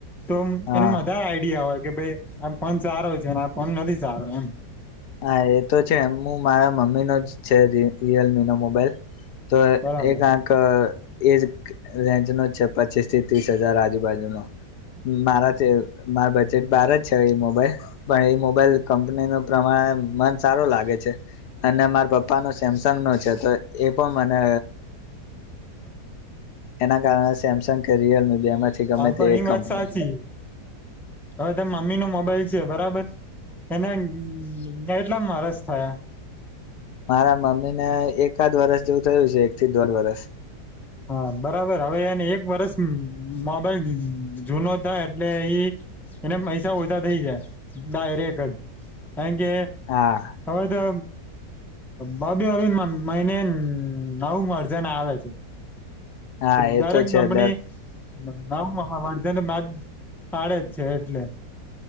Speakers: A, in the centre; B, on the left.
A: તો
B: હા
A: એને મજા આઈડિયા હોય. કે ભાઈ આ ફોન સારો છેને આ ફોન નથી સારો એમ.
B: હા એ તો છે એમ મારા મમ્મીનો જ છે રિયલમીનો મોબાઈલ. તો
A: બરાબર
B: એક આંક એ રેન્જ નો છે પચીસ થી ત્રીસ હજાર આજુ બાજુનો મારા મારા બજેટ બાર જ છે એ મોબાઈલ. પણ એ મોબાઈલ કંપનીનો પ્રમાણે મન સારું લાગે છે, અને મારા પપ્પા ન સેમસંગ નો છે તો એ પણ મને એના કારણે સેમસંગ કે રિયલમી. બેમાંથી ગમે
A: હા પણણી
B: તે એક
A: વાત
B: કંપની
A: સાચી, હવે તમે મમ્મી નો મોબાઈલ છે બરાબર. એને કેટલા મારસ થયા?
B: મારા મમ્મી ને એકાદ વરષ જેવું થયું છે એક થી દોઢ વરષ.
A: હા બરાબર હવે એને એક વરષ મોબાઈલ જુનો થાય એટલે ઈ, એને પૈસા ઓછા થઇ જાય, ડાયરેક જ કારણ કે
B: હા
A: હવે તો ભભી હવે મહિને નવુ વરજણ આવે છે.
B: હા
A: દરેક
B: એ તો છે
A: કંપની
B: દર
A: ના વારજને બાદ ફડે જ છે એટલે.